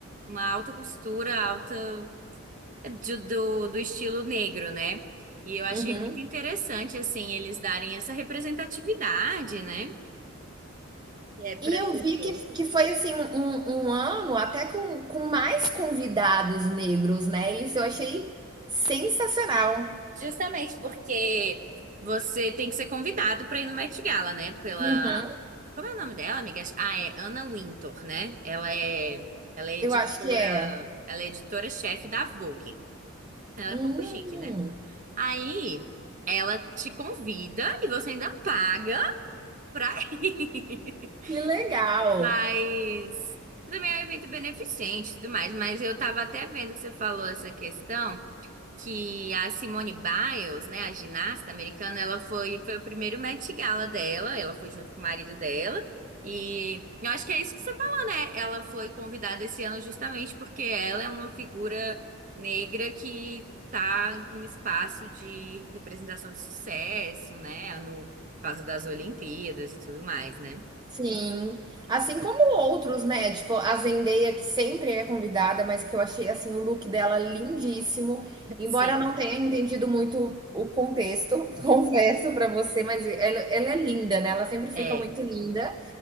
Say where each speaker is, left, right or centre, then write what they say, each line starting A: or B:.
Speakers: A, on the right; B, on the right.
A: uma alta costura, alta de- do, do estilo negro, né? E eu achei
B: Uhum.
A: muito interessante, assim, eles darem essa representatividade, né? É, para
B: E eu
A: as pessoas.
B: vi que, que foi assim um, um- um ano até com, com mais convidados negros, né? Isso eu achei sensacional.
A: Justamente porque você tem que ser convidado pra ir no Met Gala, né? Pela.
B: Uhum.
A: Como é o nome dela, amigas? Ah, é Anna Wintour, né? Ela é, ela é editora,
B: Eu acho que é.
A: ela é editora-chefe da Vogue. Ela
B: Hum,
A: é pouco chique, né? Aí ela te convida e você ainda paga pra ir.
B: que legal.
A: <laughs> Mas também é um evento beneficente e tudo mais. Mas eu tava até vendo que você falou essa questão. que a Simone Biles, né, a ginasta americana, ela foi, foi o primeiro Met Gala dela, ela foi junto com o marido dela. E eu acho que é isso que você falou, né? Ela foi convidada esse ano justamente porque ela é uma figura negra que tá em um espaço de representação de sucesso, né? No por causa das Olimpíadas e tudo mais, né?
B: Sim, assim como outros, né? Tipo, a Zendaya, que sempre é convidada, mas que eu achei assim o look dela lindíssimo, embora
A: Sim.
B: eu não tenha entendido muito o contexto, <laughs> confesso pra você, mas ela, ela é linda, né? Ela sempre fica
A: É.
B: muito linda.